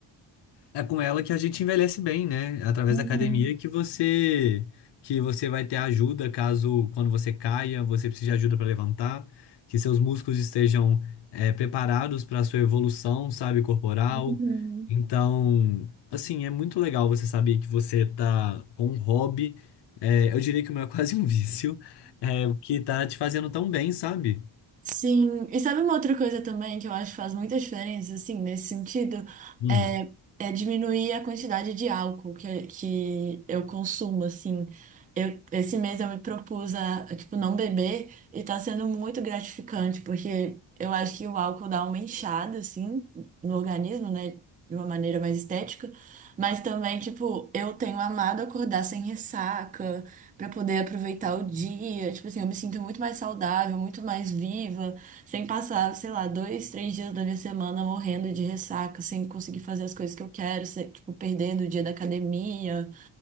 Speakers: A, on the left; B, on the right.
A: é com ela que a gente envelhece bem, né? Através
B: uhum,
A: da academia que você que você vai ter ajuda caso quando você caia, você precise de ajuda para levantar, que seus músculos estejam é, preparados para a sua evolução, sabe, corporal.
B: uhum.
A: Então, assim, é muito legal você saber que você tá com um hobby, é, eu diria que o meu é quase um <laughs> vício, é, que tá te fazendo tão bem, sabe?
B: Sim, e sabe uma outra coisa também que eu acho que faz muita diferença, assim, nesse sentido,
A: Hum.
B: é, é diminuir a quantidade de álcool que, que eu consumo, assim. Eu, esse mês eu me propus a, tipo, não beber e tá sendo muito gratificante, porque eu acho que o álcool dá uma inchada, assim, no organismo, né, de uma maneira mais estética, mas também, tipo, eu tenho amado acordar sem ressaca, Pra poder aproveitar o dia. Tipo assim, eu me sinto muito mais saudável, muito mais viva, sem passar, sei lá, dois, três dias da minha semana morrendo de ressaca, sem conseguir fazer as coisas que eu quero, sem- tipo, perdendo o dia da academia.